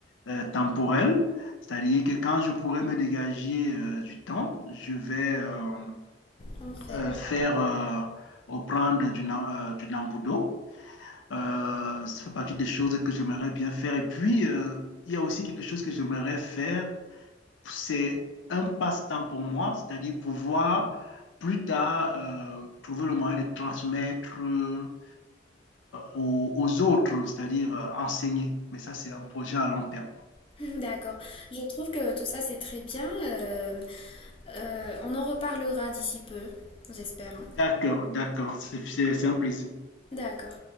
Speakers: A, on the left (about 85°); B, on the left (about 30°).
A: euh, temporelle, c'est-à-dire que quand je pourrais me dégager euh, du temps, je vais euh,
B: En faire.
A: euh, faire euh, reprendre du, na- euh, du Nambudo. Euh, ça fait partie des choses que j'aimerais bien faire. Et puis, euh, il y a aussi quelque chose que j'aimerais faire c'est un passe-temps pour moi, c'est-à-dire pouvoir plus tard euh, trouver le moyen de transmettre euh, aux, aux autres, c'est-à-dire euh, enseigner. Mais ça, c'est un projet à long terme.
B: <laughs> D'accord. Je trouve que tout ça c'est très bien. euh, Euh, on en reparlera d'ici peu, j'espère. hein.
A: D'accord, d'accord, c'est c'est- c'est un plaisir.
B: D'accord.